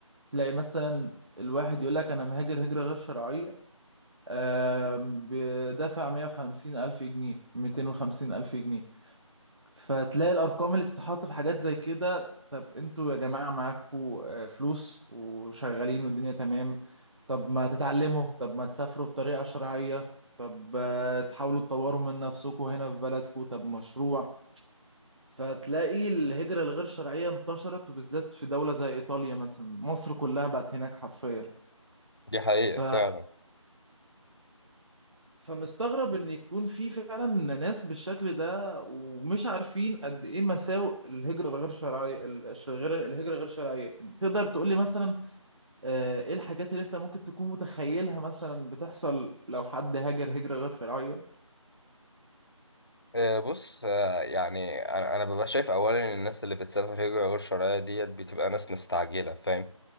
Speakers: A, on the right; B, on the left.
A: تلاقي مثلا الواحد يقول لك انا مهاجر هجرة غير شرعية آم، بدافع 150 الف جنيه 250 الف جنيه فتلاقي الارقام اللي بتتحط في حاجات زي كده طب انتوا يا جماعه معاكوا آه، فلوس وشغالين والدنيا تمام طب ما تتعلموا طب ما تسافروا بطريقه شرعيه طب آه، تحاولوا تطوروا من نفسكم هنا في بلدكم طب مشروع فتلاقي الهجرة الغير شرعية انتشرت وبالذات في دولة زي إيطاليا مثلا مصر كلها بقت هناك حرفيا
B: دي حقيقة
A: ف
B: فعلا
A: فمستغرب ان يكون في فعلا ناس بالشكل ده ومش عارفين قد ايه مساوئ الهجرة الغير شرعية ال- الش- غير الهجرة غير شرعية يعني تقدر تقول لي مثلا آه، ايه الحاجات اللي انت ممكن تكون متخيلها مثلا بتحصل لو حد هاجر هجرة غير شرعية
B: آه، بص آه، يعني انا أنا ببقى شايف اولا ان الناس اللي بتسافر هجره غير شرعيه ديت بتبقى ناس مستعجله فاهم